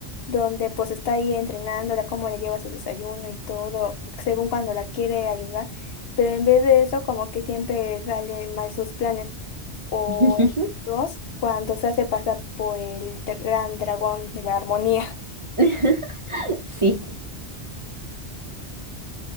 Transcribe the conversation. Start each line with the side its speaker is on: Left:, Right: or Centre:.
Left: donde pues está ahí entrenándola, cómo le lleva su desayuno y todo, según cuando la quiere ayudar. Pero en vez de eso, como que siempre salen mal sus planes. O
Right: <laughs>
Left: en la 2, cuando se hace pasar por el dra- gran dragón de la armonía.
Right: <laughs> Sí,